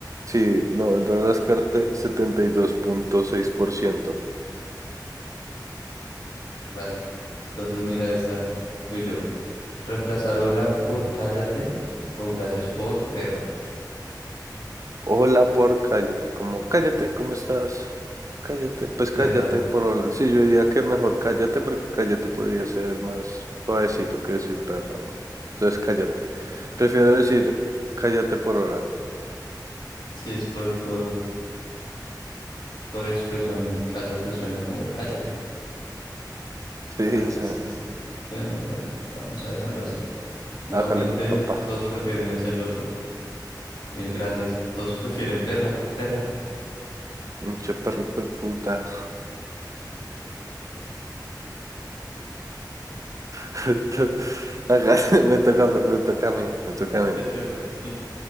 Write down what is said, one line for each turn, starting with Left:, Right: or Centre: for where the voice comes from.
Right: Sí, no, el las cartas 72.6%.
Left: Dale. Entonces mira esta. Voy yo. Reemplazar hola por cállate o gracias por perra.
Right: Hola por cállate, como cállate, ¿cómo estás? Cállate, pues
Left: Perra.
Right: cállate por hola. Sí, yo diría que mejor cállate porque cállate podría ser más suavecito que decir perra, ¿no? Entonces cállate. Prefiero decir cállate por hola. <laughs>
Left: Sí, es por, por, por expresión. Cállate suena como cállate.
Right: Sí, esa,
Left: Entonces, bueno, bueno, vamos a dejarlo así. Igualmente,
Right: hágale mi papá.
Left: todos prefieren es el otro. El gracias. Todos prefieren perra. Perra.
Right: Mucho perro hijo de puta. <laughs> Hágale, me toca, me toca a mí, me toca
Left: <laughs>
Right: a
Left: Te
Right: mí.
Left: toca a ti.